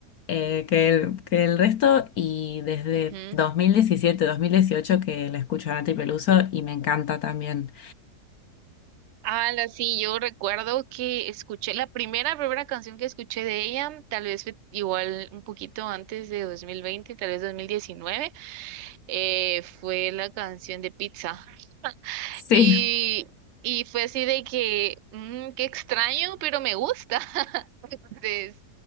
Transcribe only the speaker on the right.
Ujú,
ujú.
Ah, la- sí, yo recuerdo que escuché la primera, primera canción que escuché de ella, tal vez fue igual un poquito antes de dos mil veinte tal vez 2019, eh, fue la canción de Pizza.
Y, y fue así de que, mm, qué extraño, pero me gusta. <laughs> Entonces,